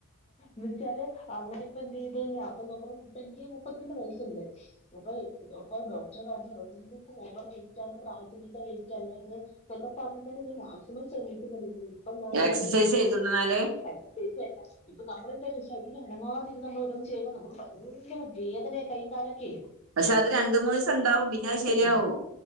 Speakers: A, on the left; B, on the right.
A: വിളിച്ചില് അങ്ങനെ ഇപ്പ എന്ത് ചെയ്ത് തന്നെയ അങ്ങനിപ്പെന്തെയ്തെല് അപ്പൊ നോക്കുമ്പ ഇപ്പനിക്ക് മുപ്പന്ത്രണ്ട് വയസ്ണ്ട് അപ്പൊ. ഇപ്പൊ ഡോക്ടറെ <inaudible> അപ്പനിക്ക് ഓവറ് വെയ്റ്റാണ് പ്രായത്തിനൊത്ത വെയ്റ്റല്ലിത് ന്ന്ട്ടൊക്കെ പറഞ്ഞിട്ടാണ് മാക്സിമം ശ്രമിച്ചാ ഇപ്പൊ
B: എക്സസൈസ്
A: ഇപ്പോ ജോത്
B: ചെയ്തുടന്നാല്
A: <inaudible> ഇപ്പ നമ്മളെണ്ടല്ലൊ ശരീരനങ്ങാതിര്ന്ന്നമ്മളോരോന്ന് ചെയ്യിമ്പോ നമക്ക് ഭയങ്കര വേദനകയ്യിങ്കാലൊക്കെ എ
B: പക്ഷെ അത് രണ്ട് മൂന്ന് ദിവസം ഉണ്ടാവും പിന്നെ അത് ശരിയാവും
A: അ